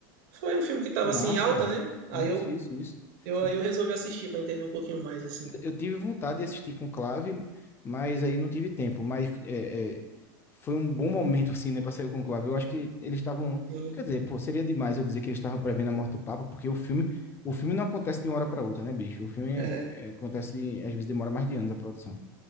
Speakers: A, on the right; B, on the left.
A: foi um filme que tava
B: Que massa,
A: assim em alta,
B: velho.
A: né? Aí
B: Isso,
A: eu,
B: isso, isso.
A: eu,
B: Eu,
A: aí eu resolvi assistir pra entender um pouquinho mais, assim.
B: eu tive vontade de assistir com clave, mas aí não tive tempo. Mas é, é, foi um bom momento, assim, né, pra sair com clave. Eu acho que eles estavam.
A: Sim,
B: Quer dizer, pô, seria demais eu dizer que eles estavam prevendo a morte do Papa, porque o filme, o filme não acontece de uma hora pra outra, né, bicho? O filme é-
A: é.
B: é- acontece, às vezes demora mais de anos a produção.